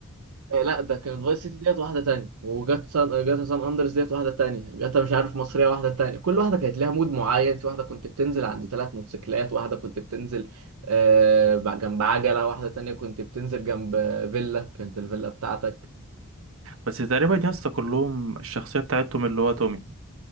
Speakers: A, on the right (about 80°); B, on the right (about 65°).
A: آه لا ده كانت فايس سيتي ديت واحدة تانية وجاتا سان جاتا سان أندرس ديت واحدة تانية جاتا مش عارف مصرية واحدة تانية كل واحدة كانت لها مود معين في واحدة كنت بتنزل عند ثلاث موتوسيكلات واحدة كنت بتنزل آه جنب عجلة واحدة تانية كنت بتنزل جنب فيلا كانت الفيلا بتاعتك
B: بس تقريبا يا اسطى كلهم الشخصية بتاعتهم اللي هو تومي